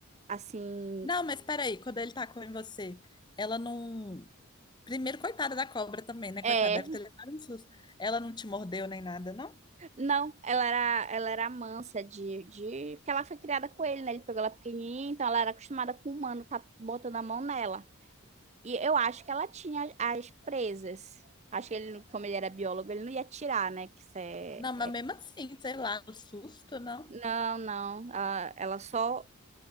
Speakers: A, on the right (about 30°); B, on the left (about 20°).
A: assim.
B: Não, mas peraí, quando ele tacou em você, ela não. Primeiro, coitada da cobra também, né?
A: É.
B: Coitada, deve ter levado um susto. Ela não te mordeu nem nada, não?
A: Não, ela era, ela era mansa de, de. Porque ela foi criada com ele, né? Ele pegou ela pequenininha, então ela era acostumada com o humano tá botando a mão nela. E eu acho que ela tinha as presas. Acho que ele, como ele era biólogo, ele não ia tirar, né? Que isso é.
B: Não, mas mesmo assim, sei lá, o susto, não?
A: Não, não. Ela, ela só